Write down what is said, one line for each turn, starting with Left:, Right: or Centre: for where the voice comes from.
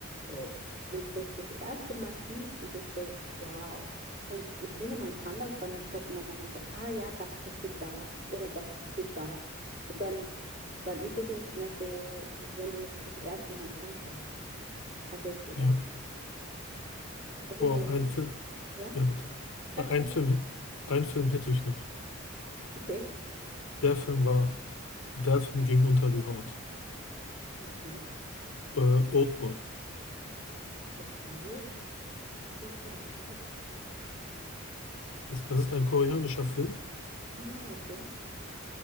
Right: äh, wenn du das das erste Mal siehst, ist es so, wow. Und ich finde, man kann das dann nicht toppen, weil man dann so, ah ja, das passiert da oder das passiert da. Und dann, dann ist es nicht mehr so, wie wenn du es das erste Mal anschaust. Also ich, ja.
Left: Ja.
Right: Also
Left: Boah,
Right: ich meine, es
Left: ein
Right: gibt,
Left: Film.
Right: ja,
Left: Ja, bitte.
Right: sag,
Left: Ä- Ein
Right: sag,
Left: Film,
Right: sag.
Left: hä- ein Film hätte ich noch.
Right: Okay.
Left: Der Film war, der Film ging unter die Haut.
Right: Und zwar,
Left: Äh, Oldboy.
Right: okay, da habe ich jetzt so einen Vogel.
Left: Es- Das ist ein koreanischer Film
Right: Ah, okay.